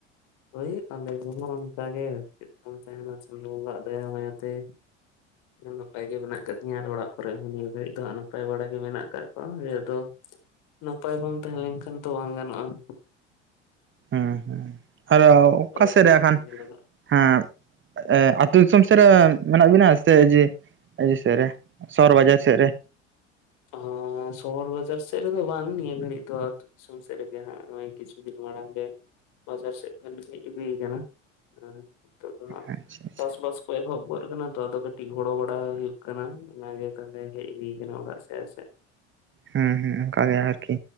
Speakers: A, on the left (about 60°); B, on the right (about 35°).
A: ᱦᱳᱭ ᱟᱞᱮ ᱠᱚᱦᱚᱸ ᱚᱱᱠᱟ ᱜᱮ ᱪᱮᱫ ᱠᱟᱢ ᱛᱟᱦᱮᱸᱱᱟ, ᱪᱟᱸᱫᱳ ᱵᱚᱸᱜᱟ ᱟᱜ ᱫᱭᱟ ᱢᱟᱭᱟᱛᱮ ᱱᱟᱯᱟᱭ ᱜᱮ ᱢᱮᱱᱟᱜ ᱠᱟᱫᱤᱧᱟ ᱟᱨ ᱚᱲᱟᱜ ᱠᱚᱨᱮᱜ ᱦᱚᱸ ᱱᱤᱭᱟᱹ ᱜᱷᱟᱲᱤᱡ ᱫᱚ ᱱᱟᱯᱟᱭ ᱵᱟᱲᱟ ᱜᱮ ᱢᱮᱱᱟᱜ ᱠᱟᱜ ᱠᱚᱣᱟ ᱟᱫᱚ ᱱᱟᱯᱟᱭ ᱵᱟᱢ ᱛᱟᱦᱮᱸ ᱞᱮᱱᱠᱷᱟᱱ ᱛᱚ ᱵᱟᱝ ᱜᱟᱱᱚᱜᱼᱟ ᱾
B: ᱦᱮᱸᱻᱦᱮᱸᱻ, ᱟᱫᱚ
A: ᱱᱟᱯᱟᱭ
B: ᱚᱠᱟᱥᱮᱜ
A: ᱛᱚ
B: ᱨᱮ
A: ᱛᱟᱦᱮᱸ
B: ᱟᱠᱷᱟᱱ
A: ᱜᱮ ᱞᱟᱜᱟᱜᱼᱟ
B: ᱦᱟᱸ ᱮᱸ ᱟᱹᱛᱩᱳ ᱫᱤᱥᱚᱢ ᱥᱮᱜ ᱨᱮ ᱢᱮᱱᱟᱜ ᱵᱤᱱᱟ ᱥᱮ, ᱡᱮ ᱤᱭᱟᱹ ᱥᱮᱜ ᱨᱮ ᱥᱚᱦᱚᱨ ᱵᱟᱡᱟᱨ ᱥᱮᱜ ᱨᱮ?
A: ᱮᱸᱻ ᱥᱚᱦᱚᱨ ᱵᱟᱡᱟᱨ ᱥᱮᱜ ᱨᱮᱫᱚ ᱵᱟᱝ, ᱱᱤᱭᱟᱹ ᱜᱷᱟᱹᱲᱡ ᱫᱚ ᱟᱛᱩ ᱫᱤᱥᱚᱢ ᱥᱮᱜ ᱨᱮᱜᱮ ᱦᱟᱸᱜ ᱱᱚᱜᱼᱚᱭ ᱠᱤᱪᱷᱩ ᱫᱤᱱ ᱢᱟᱲᱟᱝ ᱜᱮ, ᱵᱟᱡᱟᱨ ᱥᱮᱜ ᱠᱷᱚᱱ ᱦᱮᱡ ᱦᱩᱭ ᱠᱟᱱᱟ ᱾ ᱦᱮᱸ ᱱᱤᱛᱚᱜ ᱫᱚ ᱦᱟᱸᱜ
B: ᱟᱪᱪᱷᱟ ᱟᱪᱪᱷᱟ
A: ᱪᱟᱥ ᱵᱟᱥ᱾ ᱮᱦᱚᱵ ᱜᱚᱫ ᱠᱟᱱᱟ ᱛᱚ ᱟᱫᱚ ᱠᱟᱹᱴᱤᱡ ᱜᱚᱲᱚ ᱵᱟᱲᱟ ᱦᱩᱭᱩᱜ ᱠᱟᱱᱟ, ᱚᱱᱟᱜᱮ ᱛᱟᱦᱚᱞᱮ ᱦᱮᱡ ᱦᱩᱭ ᱠᱟᱱᱟ ᱚᱲᱟᱜ ᱥᱮᱜ ᱯᱮ ᱥᱮᱜ
B: ᱦᱮᱸᱻᱦᱮᱸᱻ ᱚᱱᱠᱟ ᱜᱮ ᱟᱨᱠᱤ,